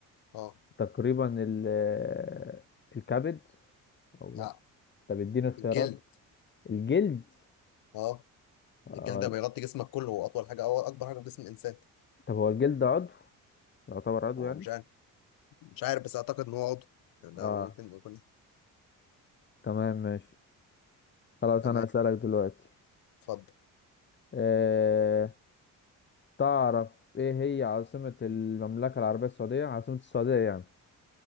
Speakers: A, on the left; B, on the left.
A: أه
B: تقريبا ال- آه، الكبد أو
A: لا
B: لأ طب اديني اختيارات
A: الجلد
B: الجلد
A: أه
B: آه.
A: الجلد ده بيغطي جسمك كله وأطول حاجة أو أكبر حاجة في جسم الإنسان
B: طب هو الجلد عضو يعتبر عضو
A: هو
B: يعني
A: مش عارف. مش عارف بس اعتقد ان هو عضو يعني
B: اه
A: ده ممكن يكون
B: تمام ماشي خلاص
A: تمام
B: أنا هسألك دلوقتي
A: اتفضل
B: آه. تعرف إيه هي عاصمة المملكة العربية السعودية عاصمة السعودية يعني